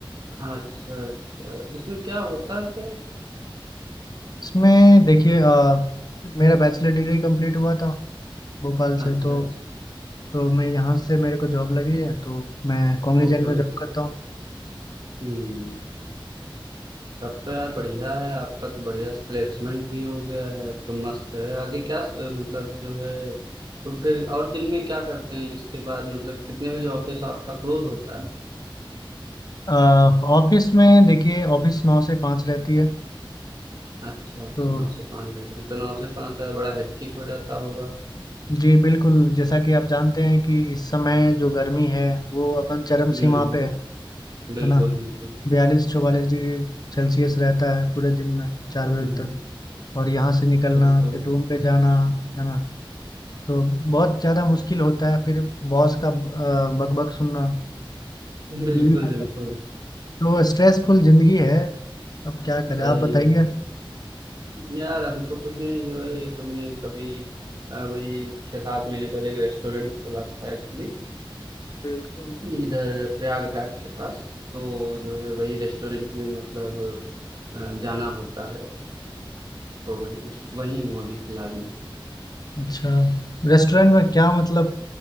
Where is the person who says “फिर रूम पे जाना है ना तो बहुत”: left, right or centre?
Left